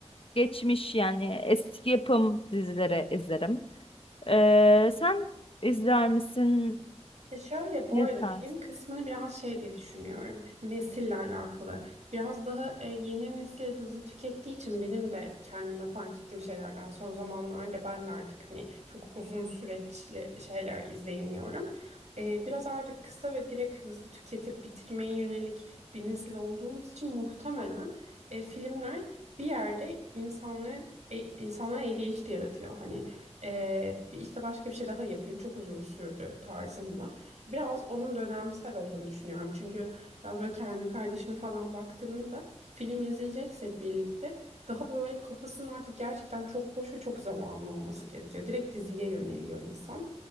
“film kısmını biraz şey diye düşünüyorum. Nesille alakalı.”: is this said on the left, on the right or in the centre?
Right